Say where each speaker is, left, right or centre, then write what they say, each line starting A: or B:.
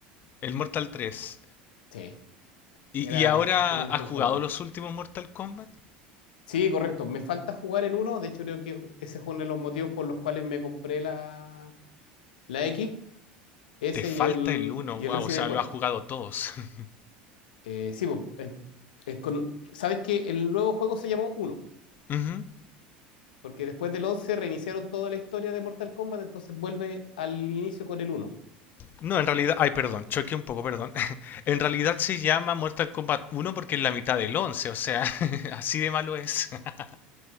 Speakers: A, on the left (about 40°); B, on the left (about 80°).
A: el Mortal tres
B: Sí,
A: ¿Y,
B: era
A: y ahora
B: uno
A: has
B: de mis juegos
A: jugado
B: favoritos.
A: los últimos Mortal Kombat?
B: Sí, correcto. Me falta jugar el uno De hecho, creo que ese es uno de los motivos por los cuales me compré la, la X, ese
A: Te falta
B: y el,
A: el uno,
B: y
A: wow,
B: el Resident
A: o sea,
B: Evil 4.
A: lo has jugado todos. <laughs>
B: Eh, sí, pues, eh, eh, con- sabes que el nuevo juego se llamó uno
A: Ujú.
B: porque después del 11 reiniciaron toda la historia de Mortal Kombat, entonces vuelve al inicio con el uno
A: No, en realidad, ay, perdón, choqué un poco, perdón. <laughs> En realidad se llama Mortal Kombat uno porque es la mitad del 11. o sea, <laughs> así de malo es. <laughs>